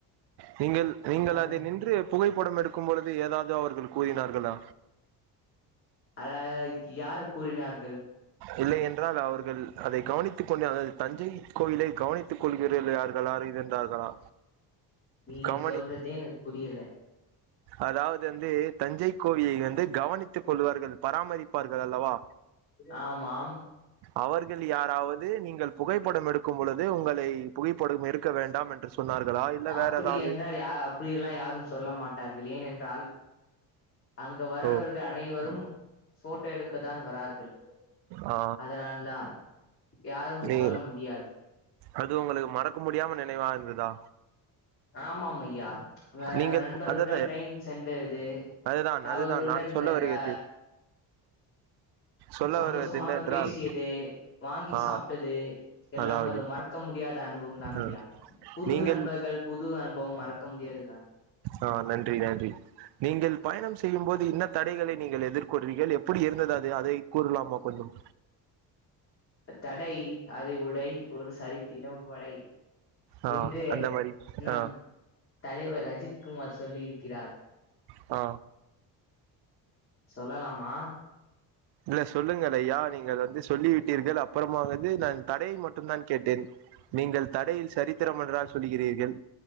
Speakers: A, on the right; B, on the left.
A: நீங்கள் நீங்கள்
B: வேற
A: அதை நின்று புகைப்படம் எடுக்கும் பொழுது ஏதாவ்து அவர்கள் கூறினார்கள
B: அதற்கு யாரு கூறினார்கள்
A: இல்லை என்றால் அவர்கள் அதை கவனித்துக் கொண்டார்கள் அது தஞ்சை கோயிலை கவணித் து கொள்கிறேல் யார்களாரு இருந்தார்களா
B: நீ
A: கவனி
B: சொல்றதே எனக் புரியல
A: அதாவது வந்து தஞ்சை கோவிலில் வந்து கவனித்துக் கொள்வார்கள் பராமரிப்பார்கள் அல்லவா
B: ஆமாம்
A: அவர்கள் யாராவது நீங்கள் புகைப்படம் எடுக்கும் பொழுது உங்களை புகைப்படும் எடுக்க வேண்டாம் என்று சொன்னார்களா இல்ல
B: அப்பிடியென்றால்
A: வேற ஏதாவது
B: யா அப்டியெல்லா யாரும் சொல்ல மாட் டார்கள் ஏனென்றால் அங்கு வரவர்க
A: ஓ
B: அனைவரும் ஃபோட்டோ எடுக்க தான் வரார்கள்
A: ஆ
B: அதனால்தான் யாரும் இப்டி
A: நீ
B: சொல்ல முடியா
A: அது உங்களுக்கு மறக்க முடியாம நினைவா இருந்துதா
B: ஆமாம் ஐயா அங்க
A: நீங்கள்
B: நண்பர்களுடன்
A: அதாவது
B: ட்ரெயின் சென்றது
A: அதுதான்
B: அவர்குளுடன்
A: அதுதான் நான் சொல்ல வருகிறது
B: கா
A: சொல்ல
B: சந்தோஷமாக
A: வருவது என்னவென்றால்
B: பேசியது வாங்கி
A: ஆ
B: சாப்ட்டது எல்லாம்
A: அதாவது
B: ஒரு மறக்க முடியாத அனுபவம்தான்
A: ஆ,
B: ஐயா புது
A: நீங்கள்
B: நண்பர்கள் புது அனுபவம் மறக்க முடியாதுதான்
A: ஆ நன்றி நன்றி நீங்கள் பயணம் செய்யும் போது என்ன தடைகளை நீங்கள் எதிர்கொருவீகள் எப்புடி இருந்தது அது அதை கூறுலாமா கொஞ்சம்
B: தடை அதை உடை ஒரு சரித்திரம் படை
A: ஆ
B: என்று
A: அந்த மாரி
B: நம்
A: ஆ
B: தலைவர் அஜித் குமார் சொல்லி இருக்கிறார்
A: ஆ
B: சொல்லலாமா
A: இல்ல சொல்லுங்கள் ஐயா நீங்கள் வந்து சொல்லி விட்டீர்கள் அப்பறமா வந்து நான் தடையை மட்டும் தான் கேட்டேன் நீங்கள் தடையில் சரித்திரம் என்றால் சொல்லிகிறீர்கள்